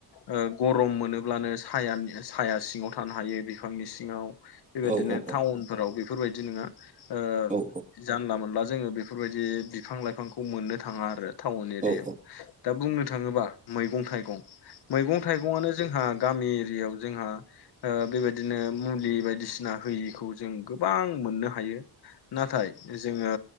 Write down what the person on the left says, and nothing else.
ओ गरम मोनोब्लानो सायान साया सिङाव थानो हायो बिफांनि सिङाव। बेबायदिनो
टाउनफोराव बेफोरबायदि नोङा ओ
जानला मोनला जोङो बे फोरबायदि बिफां लाइफांखौ मोननो थाङा आरो टाउन एरियायाव
दा बुंनो थाङोबा मैगं थाइगं मैगं थाइगंआनो जोंहा गामि एरियायाव जोंहा ओ बेबायदिनो मुलि बायदिसिना होयिखौ जों गोबां मोननो हायो। नाथाय जोङो